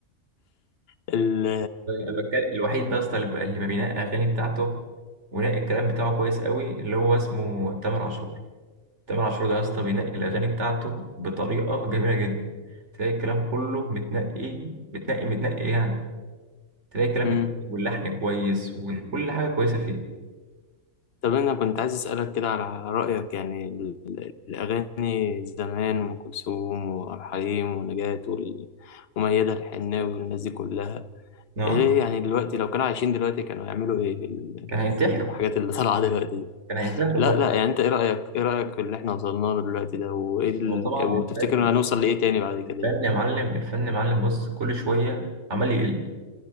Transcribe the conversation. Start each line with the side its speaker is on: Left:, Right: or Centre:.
Left: ال
Right: أنا بتكلم- الوحيد ده اصلا اللي ب- اللي ما بينقي اغاني بتاعته ونقي الكلام بتاعه كويس قوي اللي هو اسمه تامر عاشور تامر عاشور ده يا اسطى بينقي الاغاني بتاعته بطريقه جميله جدا تلاقي الكلام كله متنقي متنقي متنقي يعني تلاقي الكلام
Left: مم.
Right: متنقي واللحن كويس وكل حاجه كويسه فيه
Left: طب انا كنت عايز اسالك كده على رايك يعني ال- ال- الاغاني زمان ام كلثوم وعبد الحليم ونجاة وال- وميادة الحناوي والناس دي كلها
Right: اه
Left: ايه يعني دلوقتي لو كانوا عايشين دلوقتي كانوا هيعملوا ايه في ال-
Right: كان هينتحره
Left: في الحاجات اللي طالعه دلوقتي دي؟
Right: كان هينتحره
Left: لا
Right: طبعا
Left: لا يعني انت ايه رأيك ايه رأيك في اللي احنا وصلنا له دلوقتي ده وايه
Right: بص
Left: ال...
Right: هو طبعا
Left: وتفتكر
Right: الفن
Left: إن هنوصل لايه تاني بعد كده
Right: الفن
Left: يعني؟
Right: يا معلم الفن يا معلم بص كل شويه عمال يقل